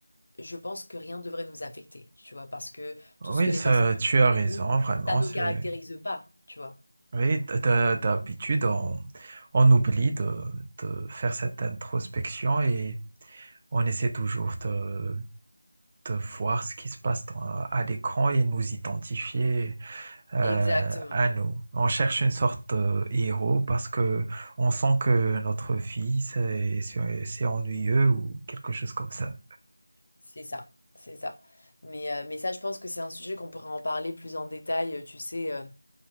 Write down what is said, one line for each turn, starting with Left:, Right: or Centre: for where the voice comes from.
Left: je pense que rien ne devrait nous affecter, tu vois, parce que
Right: Oui,
Left: tout ce que les
Right: ça,
Left: personnes
Right: tu
Left: font
Right: as
Left: sur
Right: raison,
Left: nous,
Right: vraiment.
Left: ça ne
Right: C'est,
Left: nous caractérise pas, tu vois.
Right: oui, d- d- d'habitude, on, on oublie de, de faire cette introspection et on essaie toujours de, de voir ce qui se passe dans- à l'écran et nous identifier euh,
Left: Exactement,
Right: à nous. On cherche une sorte de héros parce que on sent que notre vie c'est c'est- c'est ennuyeux ou quelque chose comme ça.
Left: c'est ça, c'est ça. Mais, euh, mais ça, je pense que c'est un sujet qu'on pourrait en parler plus en détail, euh, tu sais, euh, euh,